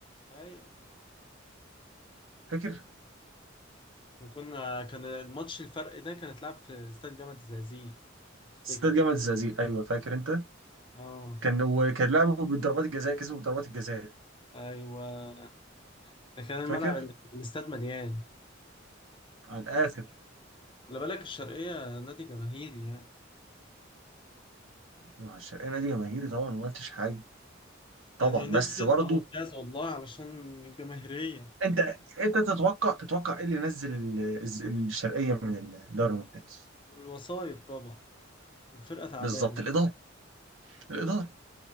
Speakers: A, on the left (about 25°); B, on the right (about 80°).
A: اي
B: فاكر
A: وكنا كان الماتش الفرق ده كان اتلعب في استاد جامعة الزقازيق افتكر
B: استاد جامعه الزقازيق ايوه فاكر انت
A: اه
B: كان وكان لعبوا بالضربات الجزاء كسبوا بضربات الجزاء
A: ايوه ده كان الملعب
B: فاكر
A: الاستاد مليان
B: على الاخر
A: خلي بالك الشرقية نادي جماهيري يعني
B: مع الشرقانه دي جماهيري طبعا ما قلتش حاجه طبعا
A: يعني نفسي
B: بس برضه
A: يطلع ممتاز والله علشان الجماهيرية
B: انت انت تتوقع تتوقع ايه اللي نزل ال- الز- الشرقيه من الدوري الممتاز
A: الوسايط طبعا الفرقة تعبانة
B: بالظبط الاداره الاداره